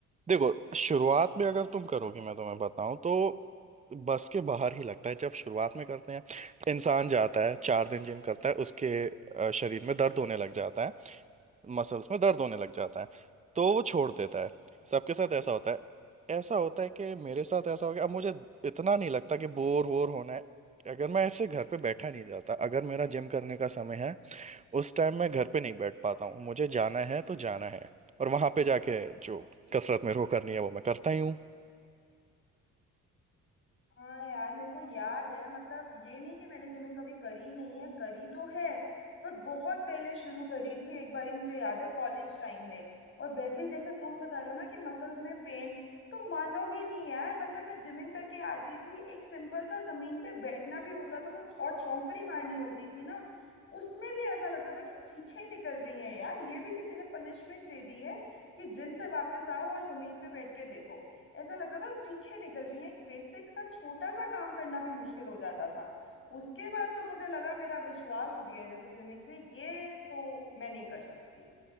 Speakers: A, on the right; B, on the left.
A: देखो शुरुआत में अगर तुम करोगे मैं तुम्हें बताऊं तो बस के बाहर ही लगता है जब शुरुआत में करते हैं इंसान जाता है चार दिन जिम करता है उसके अ, शरीर में दर्द होने लग जाता है मसल्स में दर्द होने लग जाता है तो वो छोड़ देता है सबके साथ ऐसा होता है ऐसा होता है कि मेरे साथ ऐसा हो गया अब मुझे इतना नहीं लगता कि बोर वोर होना है अगर मैं ऐसे घर पे बैठा नहीं जाता अगर मेरा जिम करने का समय है उस टाइम मैं घर पे नहीं बैठ पाता हूँ मुझे जाना है तो जाना है और वहां पे जाके जो कसरत मेरे को करनी है वो मैं करता ही हूँ
B: हाँ यार मेरे को याद है मतलब ये नहीं कि मैंने जिमिंग कभी करी नहीं है करी तो है पर बहुत पहले शुरू करी थी एक बारी मुझे याद है कॉलेज टाइम में और वैसे ही जैसे तुम बता रहे हो ना कि मसल्स में पेन तो मानोगे नहीं यार मतलब मैं जिमिंग करके आती थी एक सिंपल सा जमीन पे बैठना भी होता था तो और चौंकड़ी मारनी होती थी ना उसमें भी ऐसा लगता था कि चीखें निकल रही हैं यार ये भी किसी ने पनिशमेंट दे दी है कि जिम से वापस आओ और जमीन पे बैठ के देखो ऐसा लगता था चीखें निकल रही हैं एक बेसिक सा छोटा सा काम करना भी मुश्किल हो जाता था उसके बाद तो मुझे लगा मेरा विश्वास उठ गया है जैसे जिमिंग से ये तो मैं नहीं कर सकती